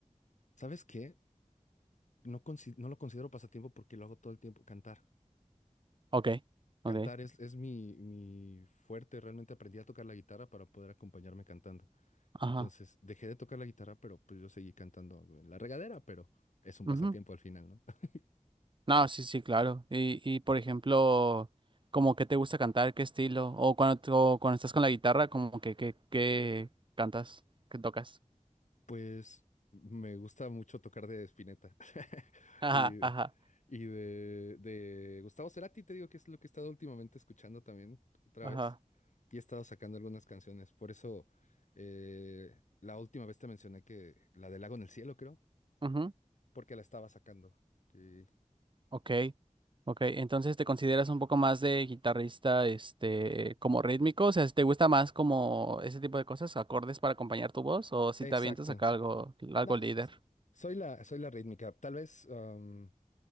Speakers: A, on the left; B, on the right.
A: ¿Sabes qué? No, consi- no lo considero pasatiempo porque lo hago todo el tiempo, cantar.
B: Ok, ok,
A: Cantar es, es mi, mi fuerte, realmente aprendí a tocar la guitarra para poder acompañarme cantando.
B: ajá.
A: Entonces dejé de tocar la guitarra, pero pues yo seguí cantando en la regadera, pero es un
B: ujú.
A: pasatiempo al final, ¿no? <laughs>
B: No, sí, sí, claro. Y, y por ejemplo, como que te gusta cantar, qué estilo, o cuando, o cuando estás con la guitarra, como que, que, que cantas, que tocas.
A: Pues me gusta mucho tocar de Spinetta <laughs>
B: Ajá,
A: y,
B: ajá.
A: y de, de Gustavo Cerati, te digo que es lo que he estado últimamente escuchando también otra
B: Ajá.
A: vez y he estado sacando algunas canciones. Por eso eh, la última vez te mencioné que la del Lago en el Cielo, creo,
B: Ujú.
A: porque la estaba sacando. Y-
B: Ok. Ok. Entonces te consideras un poco más de guitarrista, este, como rítmico. O sea, si ¿te gusta más como ese tipo de cosas, acordes para acompañar tu voz? ¿O si
A: Exacto.
B: te avientas acá algo, algo
A: No,
B: líder?
A: soy la, soy la rítmica. Tal vez... am,